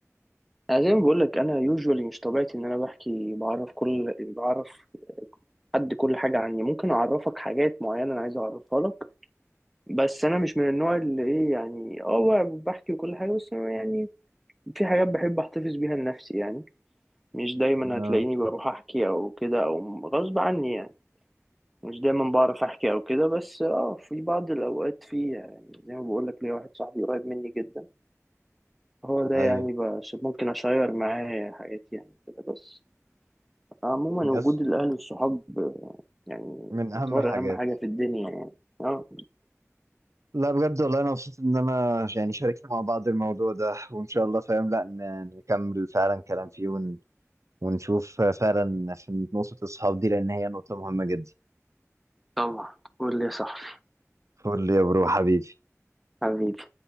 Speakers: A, in the centre; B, on the right.
A: انا زي ما بقول لك انا يوجوالي مش طبيعتي ان انا بحكي بعرف كل بعرف حد كل حاجه عني ممكن اعرفك حاجات معينه انا عايز اعرفها لك بس انا مش من النوع اللي ايه يعني اه ب- بحكي وكل حاجه بس أنا يعني في حاجات بحب احتفظ بيها لنفسي يعني مش دايما
B: اه
A: هتلاقيني بروح احكي او كده او غصب عني يعني مش دايما بعرف احكي او كده بس اه في بعض الاوقات في يعني زي ما بقول لك ليا واحد صاحبي قريب مني جدا هو ده
B: ايوه
A: يعني بس ممكن اشير معاه حياتي يعني كده بس عموما
B: يس
A: وجود الاهل والصحاب يعني
B: من اهم
A: يعتبر
B: الحاجات
A: اهم حاجه في الدنيا يعني اه
B: لا بجد والله انا مبسوط ان انا يعني شاركنا مع بعض الموضوع ده وان شاء الله فاهم لا ن- نكمل فعلا كلام فيه ون... ونشوف فعلا في نقطه الصحاب دي لان هي نقطه مهمه جدا
A: طبعا قول لي يا صاحبي
B: فول يا برو حبيبي
A: حبيبي